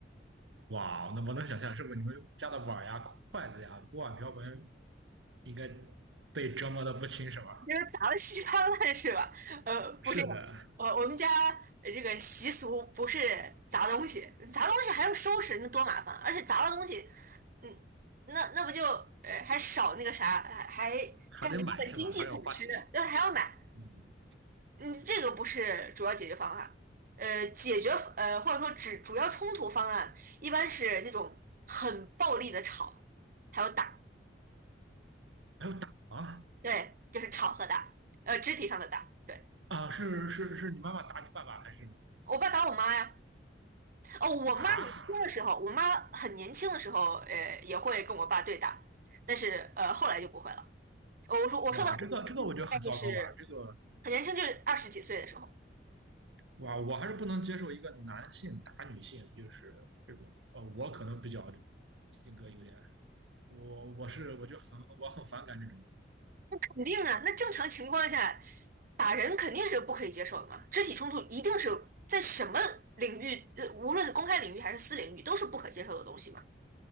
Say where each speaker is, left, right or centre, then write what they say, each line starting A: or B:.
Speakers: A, on the right; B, on the right.
A: 哇哦，那我能想象，是不是你们家的碗呀、筷子呀、锅碗瓢盆应该被折磨的不轻是吧？
B: 就是砸了稀巴烂是吧？呃，不是这样呃，
A: 是的，
B: 我们家这个习俗不是砸东西，砸东西还要收拾，那多麻烦，而且砸了东西，嗯，那那不就呃还少那个啥，还还还有一部分经济损失，
A: 还得买是吧？还要花钱。
B: 那还要买。
A: 嗯，
B: 嗯，这个不是主要解决方案。呃，解决呃或者说只主要冲突方案，一般是那种很暴力的吵，还有打，
A: 还要打吗？
B: 对，就是吵和打，呃，肢体上的打。对，
A: 啊！是是是你妈妈打你爸爸还是
B: 我爸打我妈呀。哦，我妈年轻的时候，
A: 啊？
B: 我妈很年轻的时候，呃，也会跟我爸对打，但是呃后来就不会了。我说我说的很年轻，
A: 哇，这个这个我觉得很糟糕吧？
B: 大概就是
A: 这个
B: 很年轻，就是二十几岁的时候。
A: 哇，我还是不能接受一个男性打女性，就是这种。呃，我可能比较这种性格有点，我我是我就很我很反感这种。
B: 肯定啊，那正常情况下，打人肯定是不可以接受的嘛，肢体冲突一定是在什么领域，呃，无论是公开领域还是私领域，都是不可接受的东西嘛，